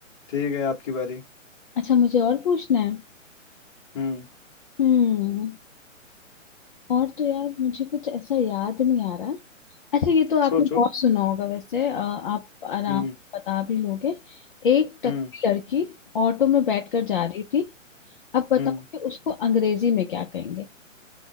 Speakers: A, on the left; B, on the left.
A: ठीक है आपकी बारी
B: अच्छा मुझे और पूछना है
A: हम्म
B: हम्म और तो यार मुझे कुछ ऐसा याद नहीं आ रहा अच्छा ये तो आपने
A: सोचो
B: बहुत सुना होगा वैसे अ, आप आराम
A: हम्म
B: से बता भी लोगे एक टकली
A: हम्म
B: लड़की ऑटो में बैठकर जा रही थी अब बताओ
A: हम्म
B: कि उसको अंग्रेजी में क्या कहेंगे